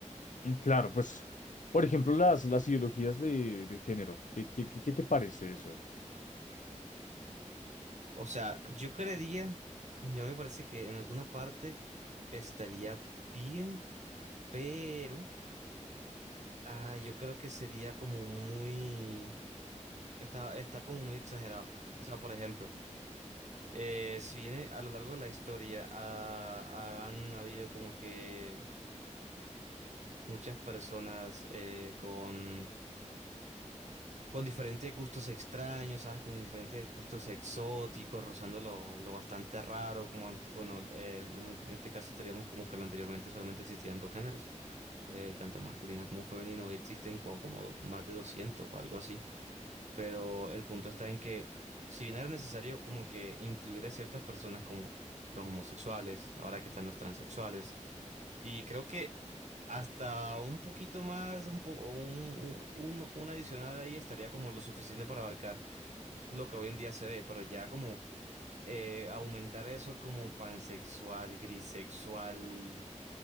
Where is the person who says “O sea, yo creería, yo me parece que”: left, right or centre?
Right